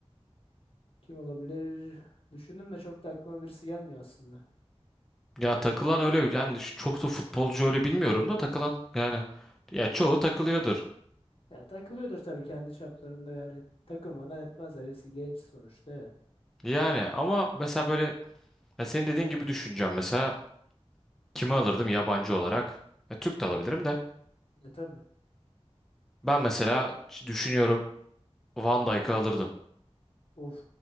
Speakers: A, on the left; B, in the centre.
A: kim olabilir? Düşündüm de çok da aklıma birisi gelmiyor aslında.
B: Ya takılan öyle yani şu- çok da futbolcu öyle bilmiyorum da takılan yani. Ya çoğu takılıyordur.
A: Ya takılıyordur tabii kendi çaplarında yani. Takılmadan etmezler. Hepsi genç sonuçta ya.
B: Yani ama mesela böyle ya senin dediğin gibi düşüneceğim mesela kimi alırdım yabancı olarak? Ya Türk de alabilirim de.
A: E tabii.
B: Ben mesela ç- düşünüyorum Van Dijk'ı alırdım.
A: Of.